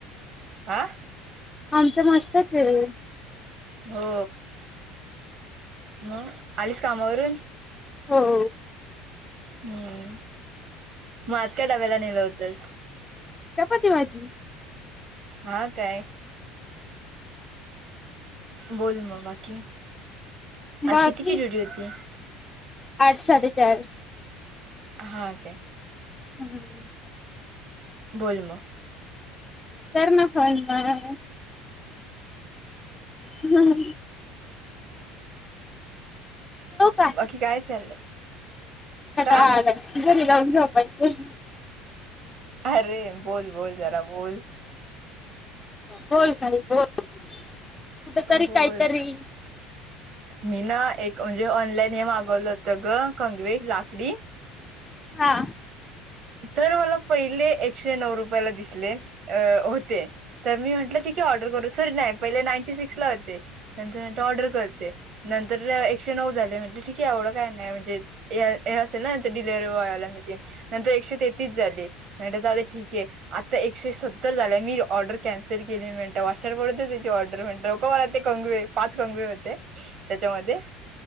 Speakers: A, on the right (about 50°); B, on the left (about 20°).
A: हा
B: आमचं मस्तच आहे.
A: हो, मग आलीच कामावरून?
B: हो.
A: हम्, मग आज काय डब्याला नेलं होतंस?
B: चपती, भाजी.
A: हा काय. बोल मग. बाकी. आज
B: बाकी
A: कितीची ड्यूटी होती?
B: आठ, साडे चार.
A: हा काय.
B: हम्.
A: बोल मगं.
B: कर मग फोन बरं. हम. का?
A: बाकी काय चाललंय.
B: कंटाळा
A: का
B: आलाय. गोळी खाऊन झोपायच.
A: अरे बोल बोल. जरा बोल.
B: बोल काय बोल. कुठ तरी
A: बोल.
B: काहीतरी
A: मी ना एक म्हणजे ऑनलाईन हे मागवलं हो त. गं कंगवे लाकडी
B: हा.
A: तर मला पहिले एकशे नऊ रुपयाला दिसले होते. तर मी म्हटले, ठीक आहे. ऑर्डर करू सॉरी नाही पहिले नाईंटी सिक्स ला होते नंतर नंतर ऑर्डर करते. नंतर एकशे नऊ झाले म्हणले ठीक आहे एवढं काय नाही म्हणजे हे असेल ना डिलिव्हरी बॉयवाल्यांसाठी नंतर एकशे तेहतीस झाले. म्हटलं जाऊदे ठीक आहे. आता एकशे सत्तर झालंय मी ऑर्डर कॅन्सल केली मी म्हण वा पडत त्याची ऑर्डर म्हणे लोक मला ते कंगुवे पाच कंगवे होते त्याच्यामध्ये